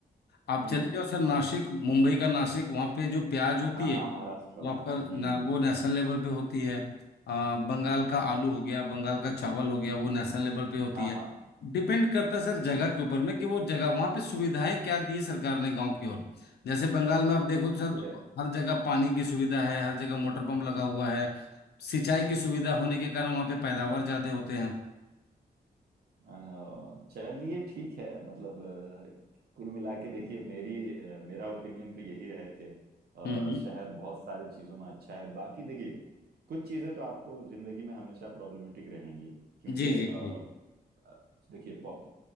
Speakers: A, on the left (about 75°); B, on the right (about 65°).
A: आप
B: हम्म
A: चले जाओ सर नासिक मुंबई का नासिक वहाँ पे जो प्याज होती
B: हाँ
A: है
B: हाँ महाराष्ट्र
A: वो आपका
B: में हम्म
A: ना, वो नेशनल लेवल पे होती है आ, बंगाल का आलू हो गया बंगाल का चावल हो गया वो नेशनल लेवल पे होती
B: हाँ
A: है
B: हाँ
A: डिपेंड करता है सर जगह के ऊपर में कि वो जगह वहाँ पे सुविधाएं क्या दी है सरकार ने गांव की ओर जैसे बंगाल में आप देखो तो
B: सही
A: सर तो
B: है
A: हर जगह पानी की सुविधा है हर जगह मोटर पंप लगा हुआ है सिंचाई की सुविधा होने के कारण वहाँ पे पैदावार ज्यादा होते हैं
B: अ, चलिए ठीक है मतलब अ, कुल मिला के देखिए मेरी अ, मेरा ओपिनियन तो यही है कि अ,
A: हम्म हम्म।
B: शहर बहुत सारी चीज़ों में अच्छा है बाकी देखिए कुछ चीज़ें तो आपको जिंदगी में हमेशा प्रॉब्लमेटिक रहेंगी क्योंकि
A: जी जी जी
B: अ, देखिए पॉप